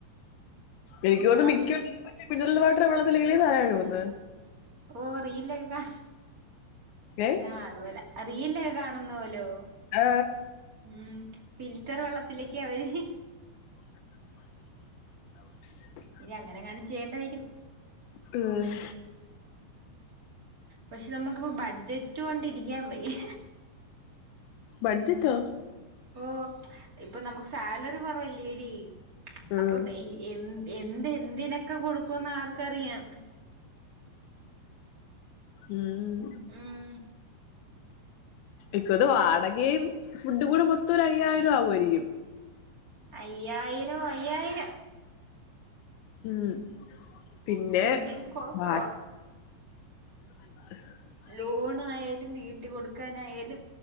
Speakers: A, on the left; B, on the right.
A: എനിക്ക് തോന്നുന്നു
B: ഭാവിയില്
A: മിക്ക്യ മിനറൽ വാട്ടർ വെള്ളത്തിലല്ലേ തല കഴുകുന്ന
B: ഓ റീൽലോക്കെ കാ
A: ഏ
B: ആ അതുപോലെ റിൽലൊക്ക കാണുന്നോലോ
A: ആ
B: ഉം ഫിൽറ്റർ വെള്ളത്തിലേക്ക് അവര്
A: <inaudible> <inaudible>
B: ഇനി അങ്ങന എങ്ങാനും ചെയ്യേണ്ട വരോ
A: ഉം
B: പക്ഷെ നമ്മക്ക്പ്പോ ബഡ്ജറ്റ് കൊണ്ടിരിക്ക്യാം വയ്യ
A: ബഡ്ജറ്റോ
B: ഓഹ്. ഇപ്പം നമ്മക്ക് സാലറി കൊറവല്ലേടി.
A: ഉം.
B: അപ്പം എയ് എൻ എന്ത് എന്തിനൊക്കെ കൊടുക്കു ന്നാർക്കറിയാം.
A: ഉം
B: ഉം
A: ഇക്കോന്ന് വാടകയും ഫുഡും കൂടെ മൊത്തം ഒര് അയ്യായിരം ആവൊയിരിക്കും.
B: അയ്യായിരം, അയ്യായിര
A: ഉം. പിന്നെ
B: പിന്നേം കൊറവാ
A: ബാ.... <inaudible>
B: ലോണയാലും, വീട്ടി കൊട്ക്കാനായാലും,